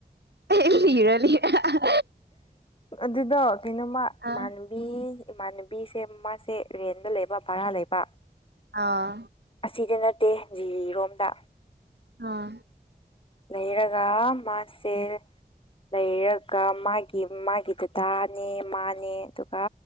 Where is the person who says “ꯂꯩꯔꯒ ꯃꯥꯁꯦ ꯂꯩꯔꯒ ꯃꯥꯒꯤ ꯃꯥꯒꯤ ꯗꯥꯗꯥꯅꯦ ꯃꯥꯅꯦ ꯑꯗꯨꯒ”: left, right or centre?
Left